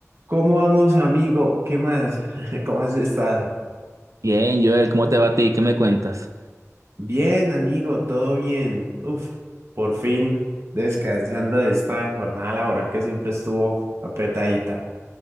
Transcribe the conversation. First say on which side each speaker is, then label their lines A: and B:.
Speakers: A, on the right (about 55°); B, on the right (about 70°).
A: ¿Cómo vamos, amigo? ¿Qué más? <laughs> ¿Cómo has estado?
B: Bien, Joel, ¿cómo te va a ti? ¿Qué me cuentas?
A: Bien, amigo, todo bien. Uf, por fin descansando de esta jornada laboral que siempre estuvo apretadita.